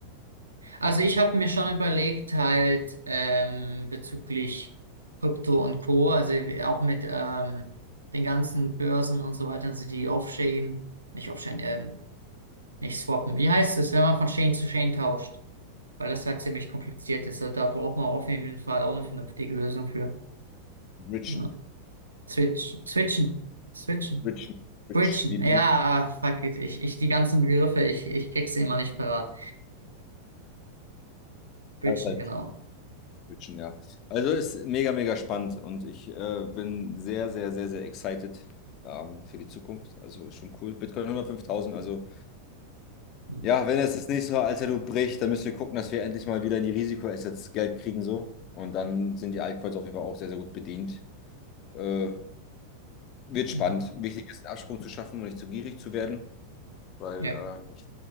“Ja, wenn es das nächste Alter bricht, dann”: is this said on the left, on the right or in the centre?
Left